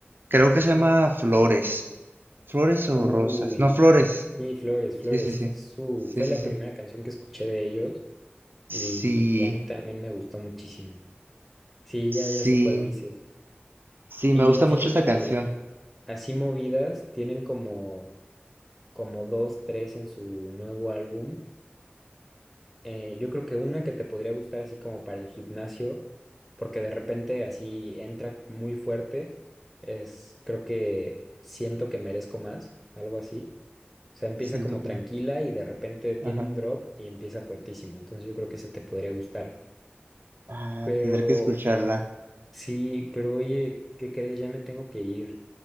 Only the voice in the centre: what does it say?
Uy,
sí, Flores, Flores,
fue su,
fue
la
primera canción que escuché de ellos y,
y a mí también me gustó muchísimo. Sí,
ya, ya sé cuál dices.
Y
fíjate
que así movidas tienen como, como dos, tres en su nuevo álbum. Eh, yo creo que una que te podría gustar así como para el gimnasio, porque de repente así entra muy fuerte, es creo que siento que merezco más, algo así. O sea, empieza
como
tranquila
y de repente tiene
un drop y empieza fuertísimo. Entonces yo creo que esa te podría gustar.
Pero
Sí, pero oye, ¿qué crees? Ya me tengo que ir.